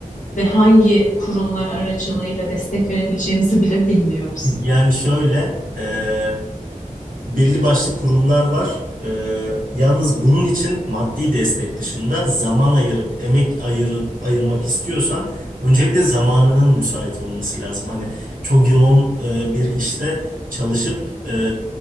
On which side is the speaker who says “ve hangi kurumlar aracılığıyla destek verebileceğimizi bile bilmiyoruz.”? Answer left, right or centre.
Left